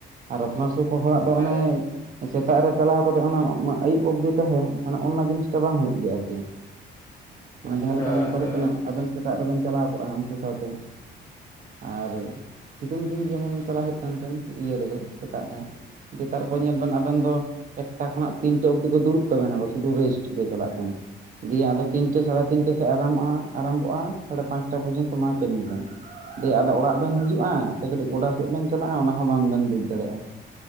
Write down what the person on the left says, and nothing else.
ᱦᱳᱭ
ᱦᱳᱭ
ᱦᱳᱭ